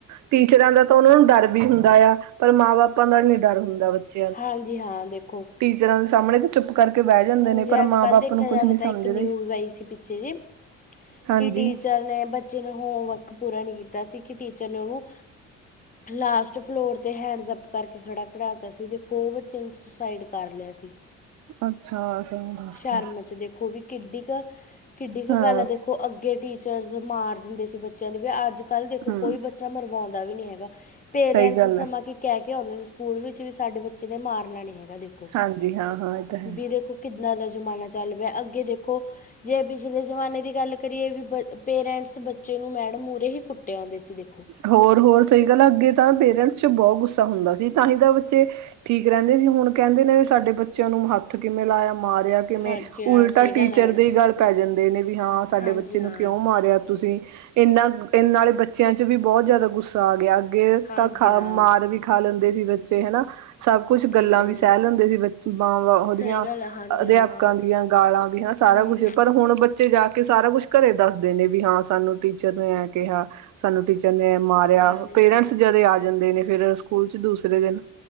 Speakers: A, on the right; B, on the left.
A: ਟੀਚਰਾਂ ਦਾ ਤਾਂ ਉਹਨਾਂ ਨੂੰ ਡਰ ਵੀ ਹੁੰਦਾ ਆ, ਪਰ ਮਾਂ ਬਾਪਾਂ ਦਾ ਨੀ ਡਰ ਹੁੰਦਾ ਬੱਚੇ
B: ਹਾਂਜੀ ਹਾਂ ਦੇਖੋ
A: ਟੀਚਰਾਂ ਦੇ ਸਾਹਮਣੇ ਤੇ ਚੂਪ ਕਰਕੇ ਬਹਿ ਜਾਂਦੇ
B: ਹੁਣ
A: ਨੇ,
B: ਜੇ
A: ਪਰ
B: ਅੱਜ
A: ਮਾਂ
B: ਕੱਲ੍ਹ
A: ਬਾਪ
B: ਦੇਖਿਆ
A: ਨੂੰ ਕੁਛ
B: ਜਾਵੇ
A: ਨੀ ਸਮਝਦੇ
B: ਤਾਂ ਇੱਕ ਨਿਊਜ਼ ਆਈ ਸੀ ਪਿੱਛੇ ਜੇ
A: ਹਾਂਜੀ
B: ਕਿ ਟੀਚਰ ਨੇ ਬੱਚੇ ਨੇ ਹੋਮਵਰਕ ਪੂਰਾ ਨਹੀਂ ਕੀਤਾ ਸੀ ਕਿ ਟੀਚਰ ਨੇ ਉਹਨੂੰ ਲਾਸਟ ਫਲੋਰ 'ਤੇ ਹੈਂਡਜ਼ਅੱਪ ਕਰਕੇ ਖੜ੍ਹਾ ਕਢਾਤਾ ਸੀ ਦੇਖੋ ਉਹ ਬੱਚੇ ਨੂੰ ਸੁਸਾਈਡ ਕਰ ਲਿਆ ਸੀ,
A: ਅੱਛਾ ਅੱਛਾ ਦੱਸ
B: ਸ਼ਰਮ ਚ ਦੇਖੋ ਵੀ ਕਿੱਡੀ ਕ ਕਿੱਡੀ ਕੁ
A: ਹਾਂ
B: ਗੱਲ ਐ, ਦੇਖੋ ਅੱਗੇ ਟੀਚਰਸ ਮਾਰ ਦਿੰਦੇ ਸੀ ਬੱਚਿਆਂ ਲਈ ਵੀ ਅੱਜ ਕੱਲ੍ਹ ਦੇਖੋ
A: ਹਮ
B: ਕੋਈ ਬੱਚਾ ਮਰਵਾਉਂਦਾ ਵੀ ਨਹੀਂ ਹੈਗਾ ਪੇਰੈਂਟਸ
A: ਸਹੀ ਗੱਲ
B: ਸਮਾਂ
A: ਹੈ
B: ਕਿ ਕਹਿ ਕੇ ਆਉਂਦੇ ਨੇ ਸਕੂਲ ਵਿੱਚ ਵੀ ਸਾਡੇ ਬੱਚੇ ਦੇ ਮਾਰਨਾ ਨੀ ਹੈਗਾ ਦੇਖੋ,
A: ਹਾਂਜੀ ਹਾਂ ਹਾਂ ਇਹ ਤਾਂ ਹੈ
B: ਵੀ ਦੇਖੋ ਕਿੰਦਾ ਦਾ ਜਮਾਨਾ ਚਲ ਪੇਆ, ਅਗੇ ਦੇਖੋ ਜੇ ਤੁਸੀ ਪਿਛਲੇ ਜਮਾਨੇ ਦੀ ਗਲ ਕਰੀਏ ਵੀ ਬ ਪੇਰੈਂਟਸ ਬੱਚੇ ਨੂੰ ਮੈਡਮ ਮੂਹਰੇ ਹੀ ਕੁੱਟੇ ਆਉਂਦੇ ਸੀ ਦੇਖੋ
A: ਹੋਰ ਹੋਰ ਸਹੀ ਗੱਲ, ਅੱਗੇ ਤਾਂ ਪੇਰੈਂਟਸ ਚ ਬਹੁਤ ਗੁੱਸਾ ਹੁੰਦਾ ਸੀ, ਤਾਂ ਹੀ ਤਾਂ ਬੱਚੇ ਠੀਕ ਰਹਿੰਦੇ ਸੀ ਹੁਣ ਕਹਿੰਦੇ ਨੇ ਵੀ ਸਾਡੇ ਬੱਚਿਆਂ ਨੂੰ ਹੱਥ ਕਿਵੇਂ ਲਾਇਆ ਮਾਰਿਆ ਕਿਵੇਂ
B: ਹਾਂਜੀ ਹਾਂ
A: ਉਲਟਾ
B: ਸਹੀ
A: ਟੀਚਰ
B: ਗੱਲ ਹੈ ਮੈਡਮ
A: ਦੇ ਹੀ ਗੱਲ ਪੈ ਜਾਂਦੇ ਨੇ, ਵੀ ਹਾਂ ਸਾਡੇ
B: ਹਾਂਜੀ
A: ਬੱਚੇ
B: ਹਾਂ
A: ਨੂੰ ਕਿਉਂ ਮਾਰਿਆ ਤੁਸੀਂ ਇਹਨਾਂ ਇਹ ਨਾਲੇ ਬੱਚਿਆਂ ਚ ਵੀ ਬਹੁਤ ਜ਼ਿਆਦਾ ਗੁੱਸਾ ਆ ਗਿਆ, ਅੱਗੇ
B: ਹਾਂਜੀ
A: ਤਾਂ ਖਾ
B: ਹਾਂ
A: ਮਾਰ ਵੀ ਖਾ ਲੈਂਦੇ ਸੀ ਬੱਚੇ ਹੈਨਾ, ਸਭ ਕੁਛ ਗੱਲਾਂ
B: ਹਾਂਜੀ
A: ਵੀ ਸਹਿ ਲੈਂਦੇ ਸੀ, ਬ ਮਾਂਵਾੰ
B: ਸਹੀ
A: ਉਹਦੀਆਂ
B: ਗੱਲ ਹੈ ਹਾਂਜੀ
A: ਅਧਿਆਪਕਾਂ
B: ਹਾਂ
A: ਦੀਆਂ ਗਾਲਾਂ ਵੀ ਹੈਨਾ ਸਾਰਾ
B: ਹੂੰ
A: ਕੁਛ ਪਰ ਹੁਣ ਬ ਬੱਚੇ ਜਾ ਕੇ ਸਾਰਾ ਕੁਛ ਘਰੇ ਦੱਸਦੇ ਨੇ ਵੀ ਹਾਂ ਸਾਨੂੰ ਟੀਚਰ ਨੇ ਐ ਕਿਹਾ ਸਾਨੂੰ ਟੀਚ ਬ ਨੇ ਮਾਰਿਆ
B: ਹਾਂਜੀ
A: ਪੇਰੈਂਟਸ
B: ਹਾਂ
A: ਜਦੇ ਆ ਜਾਂਦੇ ਨੇ ਫਿਰ ਸਕੂਲ ਚ ਦੂਸਰੇ ਦਿਨ